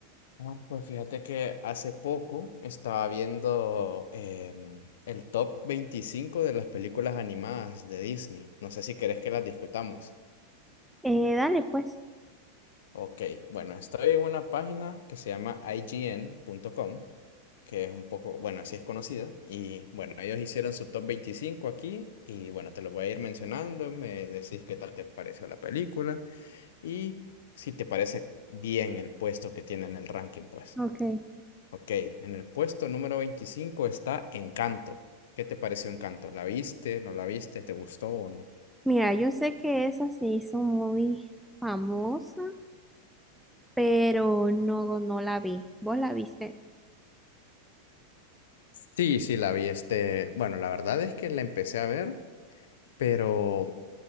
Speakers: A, on the left; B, in the centre.
A: Ah, Pues fíjate que hace poco estaba viendo em, el top 25 de las películas animadas de Disney. No sé si querés que las discutamos.
B: Eh, dale pues,
A: Ok, bueno, estoy en una página que se llama I G N punto com, que es un poco, bueno, así es conocida. Y bueno, ellos hicieron su top 25 aquí y bueno, te lo voy a ir mencionando, me decís qué tal te pareció la película y si te parece bien el puesto que tiene en el ranking, pues.
B: ok.
A: Ok, en el puesto número 25 está Encanto. ¿Qué te pareció Encanto? ¿La viste? ¿No la viste? ¿Te gustó o no?
B: Mira, yo sé que esa se hizo muy famosa, pero no, no la vi. ¿Vos la viste?
A: Sí, sí, la vi. Este, bueno, la verdad es que la empecé a ver, pero